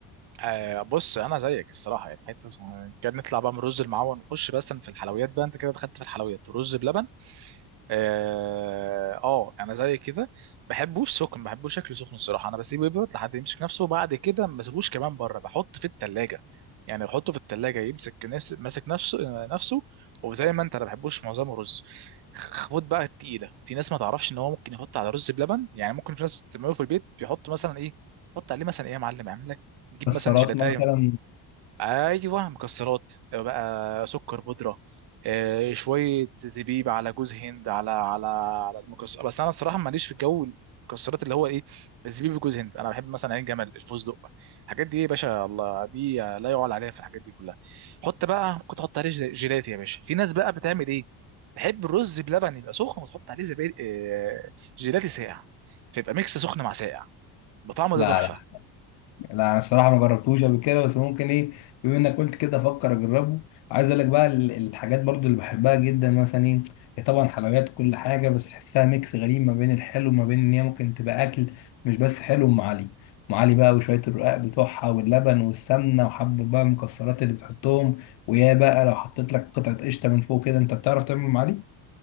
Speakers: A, on the right; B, on the left.
A: آه بص انا زيك الصراحه يعني حته اسمها- كان نطلع بقى من الرز المعون نخش بس في الحلويات بقى انت كده دخلت في الحلويات رز بلبن اه آه، انا زي كده بحبوش سخن بحبوش شكله سخن الصراحه انا بسيبه يبرد لحد يمسك نفسه وبعد كده ما بسيبوش كمان بره بحطه في التلاجة يعني بحطه في التلاجة يمسك ناس ماسك نفسه آه، نفسه وزي ما انت انا بحبوش معظمه رز خد بقى التقيله في ناس ما تعرفش ان هو ممكن يحط على رز بلبن يعني ممكن في ناس بتعمله في البيت بيحط مثلا ايه يحط عليه مثلا ايه يا معلم يعمل لك جيب
B: السلطات
A: مثلا جيلاتايه
B: مثلا
A: ايوه مكسرات آه، بقى سكر بودره آه، شويه زبيب على جوز هند على على على المكسر بس انا الصراحه ماليش في الجو المكسرات اللي هو ايه الزبيب وجوز هند انا بحب مثلا عين جمل الفستق الحاجات دي ايه يا باشا الله دي لا يعلى عليها في الحاجات دي كلها حط بقى ممكن تحط عليه جل- جيلاتي يا باشا في ناس بقى بتعمل ايه تحب الرز بلبن يبقى سخن وتحط عليه زبيب آه، جيلاتي ساقع فيبقى ميكس سخن مع ساقع بطعمه
B: لا
A: ده تحفه
B: لا انا الصراحه ما جربتوش قبل كده بس ممكن ايه بما انك قلت كده افكر اجربه عايز اقول لك بقى ال- الحاجات برضو اللي بحبها جدا مثلا ايه هي طبعا حلويات كل حاجه بس تحسها ميكس غريب ما بين الحلو وما بين ان هي ممكن تبقى اكل مش بس حلو ام علي ام علي بقى وشويه الرقاق بتوعها واللبن والسمنه وحبه بقى المكسرات اللي بتحطهم ويا بقى لو حطيت لك قطعه قشطه من فوق كده انت بتعرف تعمل ام علي